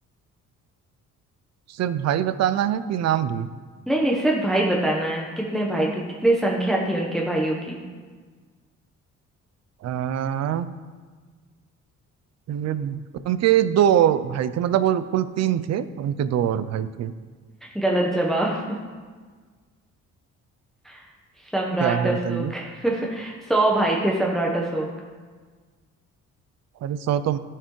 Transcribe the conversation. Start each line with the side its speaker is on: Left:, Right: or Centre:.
Right: सिर्फ भाई बताना है कि नाम भी
Centre: नहीं नहीं सिर्फ भाई बताना है कितने भाई थे कितनी संख्या थी उनके भाइयों की
Right: आ, ये उनके दो भाई थे मतलब वो कुल तीन थे उनके दो और भाई थे
Centre: गलत जवाब <laughs> सम्राट
Right: क्या है
Centre: अशोक
Right: बताइए
Centre: <laughs> सौ भाई थे सम्राट अशोक
Right: अरे सौ तो